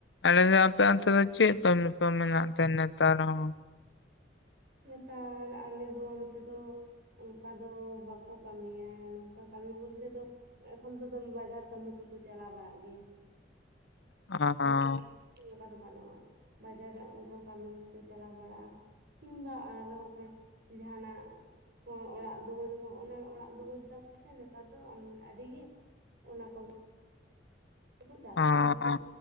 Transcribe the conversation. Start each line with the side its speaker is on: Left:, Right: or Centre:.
Left: ᱟᱞᱮ ᱫᱚ ᱟᱯᱮ ᱚᱱᱛᱮ ᱫᱚ ᱪᱮᱫ ᱠᱟᱹᱢᱤ ᱠᱚ ᱢᱮᱱᱟᱜ ᱛᱮ ᱱᱮᱛᱟᱨ ᱦᱚᱸ?
Right: ᱱᱮᱛᱟᱨ ᱟᱞᱮ ᱫᱚ ᱚᱱᱛᱮ ᱫᱚ ᱚᱱᱠᱟ ᱫᱚ ᱵᱟᱠᱚ ᱠᱟᱹᱢᱤᱭᱟ, ᱱᱚᱝᱠᱟ ᱠᱟᱹᱢᱤ ᱵᱚᱞᱛᱮ ᱫᱚ ᱮᱠᱷᱚᱱ ᱫᱚ ᱫᱚᱢᱮ ᱵᱟᱡᱟᱨ ᱠᱟᱹᱢᱤ ᱠᱚᱠᱚ ᱪᱟᱞᱟᱣ ᱵᱟᱲᱟᱜ ᱜᱮᱭᱟ᱾
Left: ᱚᱸᱻ
Right: ᱵᱟᱝ ᱚᱱᱠᱟ ᱫᱚ ᱵᱟᱱᱚᱜᱼᱟ ᱵᱟᱡᱟᱨ ᱨᱮ ᱚᱱᱠᱟ ᱠᱟᱹᱢᱤ ᱠᱚ ᱪᱟᱞᱟᱣ ᱵᱟᱲᱟᱜᱼᱟ᱾ ᱠᱤᱢᱵᱟ ᱟᱨ ᱱᱚᱜᱼᱚᱭ ᱡᱟᱸᱦᱱᱟᱜ ᱦᱚᱸ ᱚᱲᱟᱜ ᱫᱩᱣᱟᱹᱨ ᱦᱚᱸ ᱦᱚᱸ ᱚᱲᱟᱜ ᱫᱩᱣᱟᱹᱨ ᱛᱟᱠᱚᱥᱮ ᱱᱮᱛᱟᱨ ᱫᱚ ᱟᱹᱰᱤ ᱜᱮ ᱚᱱᱟ ᱠᱚᱜᱮ ᱠᱚ ᱪᱟᱞᱟᱜ
Left: ᱚᱸᱻ
Right: ᱢᱤᱥᱛᱨᱤ